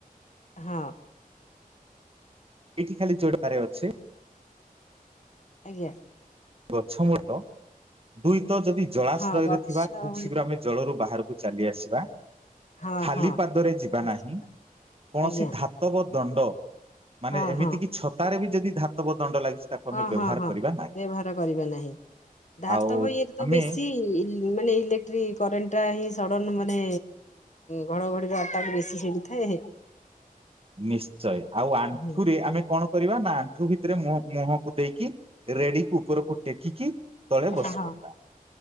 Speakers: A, on the left (about 50°); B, on the right (about 40°).
A: ହଁ।
B: ଏଇଠି ଖାଲି ଜୋ-ଡବାରେ ଅଛି
A: ଆଜ୍ଞା।
B: ଗଛ ମୂଳ ଦୁଇ ତ ଯଦି ଜଳାଶ୍ରୟରେ
A: ହଁ ଗଛ
B: ଥିବା ଖୁବ୍
A: ଭଳି
B: ଶୀଘ୍ର
A: ତ-
B: ଆମେ ଜଳରୁ ବାହାରୁକୁ ଚାଲି ଆସିବା।
A: ହଁ
B: ଖାଲି
A: ହଁ
B: ପାଦରେ ଯିବା
A: ନିଶ୍ଚିନ୍ତ
B: ନାହିଁ। କୌଣସି
A: ଆଜ୍ଞା
B: ଧା ଧାତବ ଦଣ୍ଡ ମାନେ
A: ହଁ
B: ଏମିତି
A: ହଁ
B: କିି ଛତାରେ ବି ଯଦି ଧାତବ ଦଣ୍ଡ ଲାଗିସି ତାକୁ
A: ହଁ
B: ଆମେ ବ୍ୟବହାର
A: ହଁ ହଁ
B: କରିବା ନାହିଁ।
A: <inaudible> କରିବା ନାହିଁ, ଧାତବ
B: ଆଉ
A: ଇଏରେତ
B: ଆମେ
A: ବେଶୀ ମାନେ ଇଲେକ୍ଟ୍ରି କରେଣ୍ଟ ଟା ହିଁ ସଡନ ମାନେ ଘଡଘଡିର ଆଟାକ ବେଶୀ ସେଠି। ଥାଏ।
B: ନିଶ୍ଚୟ ଆଉ ଆଣ୍ଠୁରେ
A: ହୁଁ,
B: ଆମେ କଣ କରିବା ନା ଆଣ୍ଠୁ ଭିତରେ ମୁହଁ-ମୁହଁକୁ ଦେଇକି କି ରେଡିକୁ ଉପରକୁ ଟେକିକି ତଳେ ବସି
A: ହଁ
B: ପଡିବା